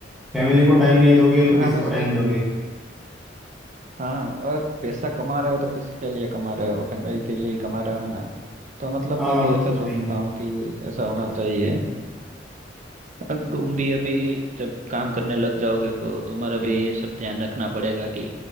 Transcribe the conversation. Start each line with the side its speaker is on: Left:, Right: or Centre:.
Centre: फैमिली को टाइम नहीं दोगे तो
Right: हाँ,
Centre: किसको
Right: बस
Centre: टाइम
Right: एक
Centre: दोगे
Right: हाँ और पैसा कमा रहे हो तो किसके लिए कमा रहे हो फैमिली के लिए कमा रहे हो ना तो मतलब
Centre: हाँ
Right: मैं भी
Centre: वो
Right: ऐसा
Centre: तो
Right: सोचता
Centre: सही है
Right: हूँ कि ऐसा होना चाहिए और तुम भी अभी जब काम करने लग जाओगे तो तुम्हारा भी ये सब ध्यान रखना पड़ेगा कि